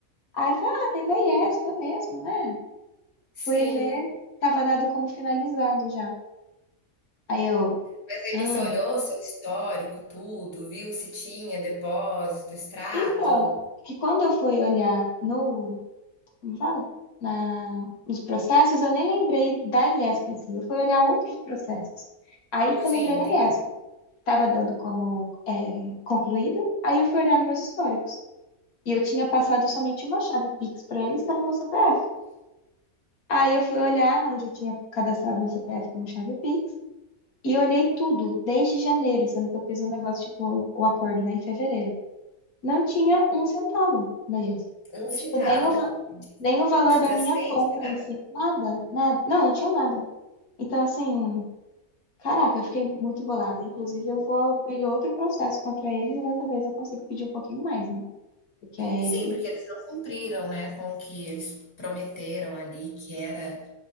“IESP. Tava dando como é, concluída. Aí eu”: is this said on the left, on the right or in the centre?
Left